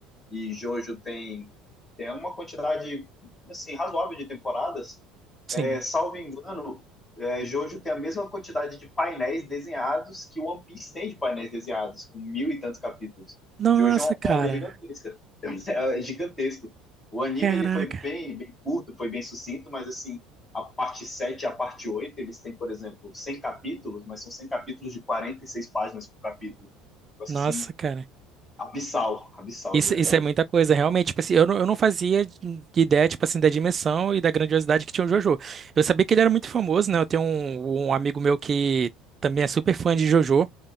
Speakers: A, on the left; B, on the right.
A: e Jojo tem, tem uma quantidade, assim, razoável de temporadas,
B: Sim.
A: é, salvo engano, é, Jojo tem a mesma quantidade de painéis desenhados que One Piece tem de painéis desenhados, com mil e tantos capítulos.
B: Nossa,
A: Jojo é uma
B: cara.
A: obra gigantesca, <laughs> é gigantesco. O anime
B: Caraca.
A: ele foi bem, bem curto, foi bem sucinto, mas assim, a parte 7, e a parte 8, eles têm, por exemplo, 100 capítulos, mas são 100 capítulos de 46 páginas por capítulo. Um negócio
B: Nossa,
A: assim,
B: cara.
A: abissal, abissal
B: Isso,
A: de verdade.
B: isso é muita coisa, realmente. Tipo assim, eu não, eu não fazia de- de ideia, tipo assim, da dimensão e da grandiosidade que tinha o JoJo. Eu sabia que ele era muito famoso, né? Eu tenho um, um amigo meu que também é super fã de JoJo,